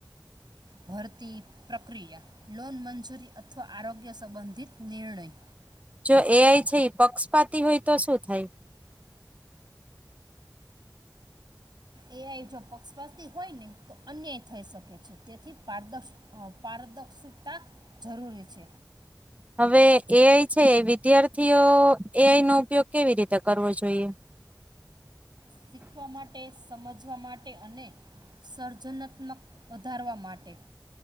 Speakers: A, on the right; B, on the right.
A: ભરતી પ્રક્રિયા, લોન મંજૂરી અથવા આરોગ્ય સંબંધિત નિર્ણય.
B: જો એ આઈ છે પક્ષપાતી હોય તો શું થાય?
A: એ આઈ જો પક્ષપાતી હોયને તો અન્યાય થઈ શકે છે તેથી પારદક્ષ અ પારદક્ષિતા જરૂરી છે.
B: હવે એ આઈ છે વિદ્યાર્થીઓ એ આઈ નો ઉપયોગ કેવી રીતે કરવો જોઈએ?
A: શીખવા માટે, સમજવા માટે અને સર્જનાત્મક વધારવા માટે.